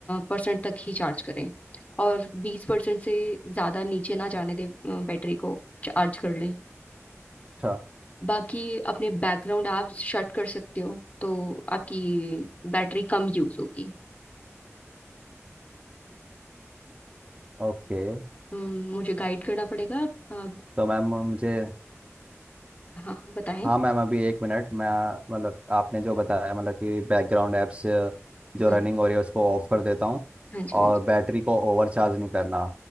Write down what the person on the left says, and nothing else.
परसेंट तक ही चार्ज करें और बीस परसेंट से ज्यादा नीचे ना जाने दें अ, बैटरी को चार्ज कर लें
बाकी अपने बैकग्राउंड आप शट कर सकते हो तो आपकी बैटरी कम यूज होगी
हम्म, मुझे गाइड करना पड़ेगा आप आप-
हाँ हाँ, बताएं
हम्म
हाँ जी हाँ
जी